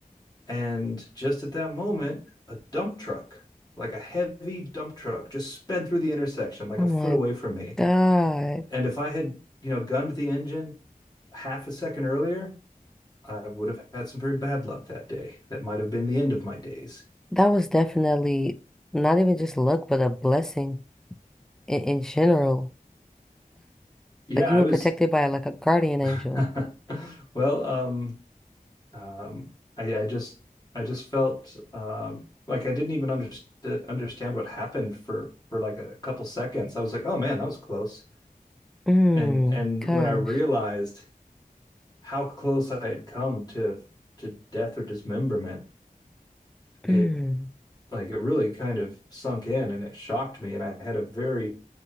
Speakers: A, on the left (about 25°); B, in the centre.
A: And just at that moment, a dump truck, like a heavy dump truck, just sped through the intersection like
B: Oh
A: a foot
B: my
A: away from me.
B: God.
A: And if I had, you know, gunned the engine half a second earlier, I would have had some very bad luck that day. That might have been the end of my days.
B: That was definitely not even just luck, but a blessing in, in general.
A: Yeah,
B: Like you
A: I
B: were
A: was.
B: protected by like a guardian angel.
A: <laughs> well, um, um, I, I just, I just felt um, like I didn't even underst understand what happened for for like a couple seconds. I was like, oh man, that was close.
B: Mm,
A: and and
B: gosh.
A: when I realized how close I had come to to death or dismemberment,
B: Mm.
A: it like it really kind of sunk in and it shocked me, and I had a very